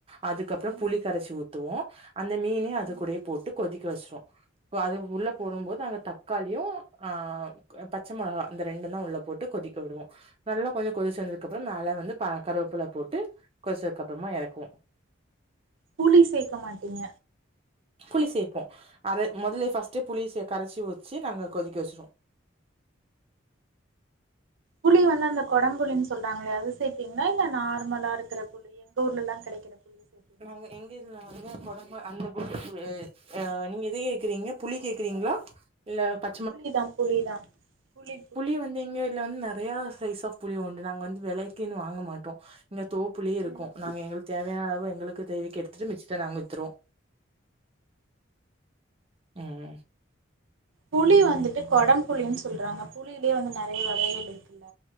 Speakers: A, on the right (about 30°); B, on the right (about 75°).
A: அதுக்கப்ற புளி
B: ம்
A: கரைச்சி ஊத்துவோ அந்த மீனே
B: ம்
A: அது கூடயே போட்டு கொதிக்க வச்சுருவோ அது உள்ள போடும்போது
B: ம்ஹும்.
A: அந்த தக்காளியு ஆ பச்ச மொளகா அந்த ரெண்டுந்தா உள்ள போட்டு கொதிக்க விடுவோ நல்லா கொஞ்ச கொதிச்சு வந்ததுக்கு அப்றோ மேல வந்து கருவப்புள்ள போட்டு கொதிச்சதுக்க அப்றமா எறக்குவோ
B: புளி சேக்க மாட்டீங்க
A: புளி சேப்போ அத மொதலே ஃபஸ்டே புளி சே கரைச்சு வச்சு நாங்க கொதிக்க வச்சுருவோ
B: புளி வந்து அந்த கொடம் புளின்னு சொல்றாங்களே அது சேப்பீங்ளா இல்ல நார்மலா இருக்ற புளி எங்க ஊர்லல்லா கெடைக்கிற புலிசே
A: நாங்க எங்க இதுல வந்து கொடம்பு அந்த குண்டு புளி அ நீங்க எத கேக்குறீங்க புளி கேக்குறீங்ளா இல்ல ப
B: புளிதா புளிதா புளி
A: புளி வந்து எங்க இதுல வந்து நெறையா சைஸ் ஆஃப் புளி உண்டு நாங்க வந்து வெலைக்குன்னு வாங்க மாட்டோ இங்க தோப்புலயே இருக்கு
B: ம்
A: நாங்க எங்களுக்கு தேவையான அளவு எங்களுக்கு தேவைக்கு எடுத்துட்டு மிச்சத்த நாங்க வித்றுவோ ம்
B: புளி வந்துட்டு கொடம் புளின்னு சொல்றாங்க புளியிலயே வந்து நெறய வகைகள் இருக்குல்ல